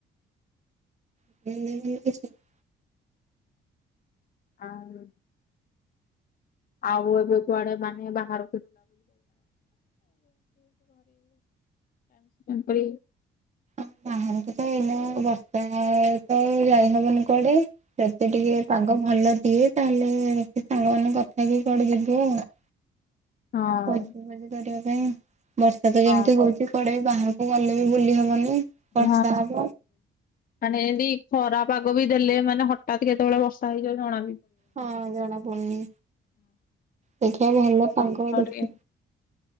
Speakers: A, on the right (about 35°); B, on the left (about 45°).
A: <inaudible>
B: ଆଉ ଆଉ ଏବେ କୁଆଡ଼େ ମାନେ ବାହା <inaudible>
A: <inaudible> ଭଲ ଦିଏ, ତା ସାଙ୍ଗ ମାନେ କଥା ହେଇକି କି କୁଆଡ଼େ ଯିବୁ ଆଉ।
B: ହଁ
A: ଭୋଜି ଜି କରିବା ପାଇଁ, ବର୍ଷା ତ
B: ହଁ
A: ଯେମ୍ତି ହଉଚି କୁଆଡ଼େ ବାହାରକୁ ଗଲେ ବି ଭୁଲି ହବନି।
B: <inaudible>
A: ବର୍ଷା ହବ।
B: ମାନେ ଏ---ଖରା ପାଗ ବି ଦେଲେ ମାନେ ହଟାତ୍ କେତେବଳେ ବର୍ଷା ହେଇଯାଏ। ଜଣା
A: ହଁ ଜଣା ପଡୁନି ଦେଖିବା ଭଲ ପାଗ ଦେଖି
B: <inaudible>